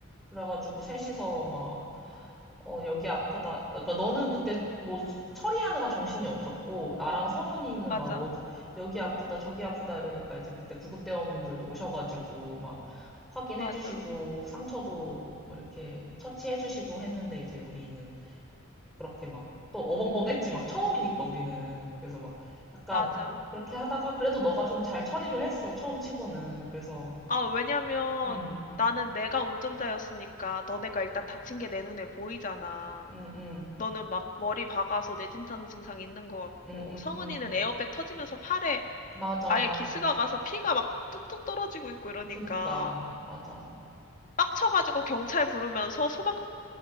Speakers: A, in the centre; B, on the left.
A: 그래가지고 셋이서 막 어, 여기 아프다 그러니까 너는 그때 뭐 처리하느라 정신이 없었고 나랑 성은이는
B: 맞아.
A: 막 어디 여기 아프다 저기 아프다 이러니까 이제 그때 구급대원분들도 오셔가지고 막 확인해주시고
B: 맞아.
A: 상처도 뭐 이렇게 처치해주시고 했는데 이제 우리는 그렇게 막 또 어벙벙했지 막 처음이니까 우리는 그래서 막 약간
B: 맞아.
A: 그렇게 하다가 그래도 너가 좀 잘 처리를 했어 처음 치고는 그래서
B: 아, 왜냐면
A: 음,
B: 나는 내가 운전자였으니까 너네가 일단 다친 게 내 눈에 보이잖아.
A: 음, 음.
B: 너는 막 머리 박아서 뇌진탕 증상 있는 것 같고,
A: 응, 응,
B: 성은이는
A: 응, 응.
B: 에어백 터지면서 팔에
A: 맞아.
B: 아예 기스가 가서 피가 막 뚝뚝 떨어지고 있고 이러니까
A: 그니까, 맞아. 어,
B: 빡쳐가지고 경찰 부르면서 소방